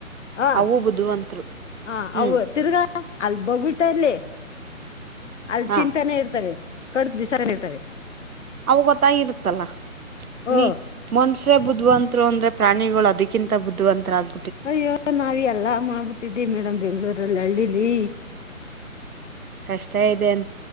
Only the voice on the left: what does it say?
ಹ
ಹ
ಅವು ತಿರ್ಗಾ ಅಲ್ ಬೊಗುಳ್ತಾ ಇರ್ಲಿ. ಅಲ್
ತಿಂತಾನೆ ಇರ್ತವೆ. ಕಡ್ದ ಬಿಸಾನ್ ಇರ್ತವೆ
ಓ
ಅಯ್ಯೋ ನಾವ ಎಲ್ಲಾ ಮಾಡ್ಬಿಟ್ಟಿದ್ದೆ ಮೇಡಮ್ ಬೆಂಗ್ಳೂರ್ ಲ್ ಹಳ್ಳಿಲಿ.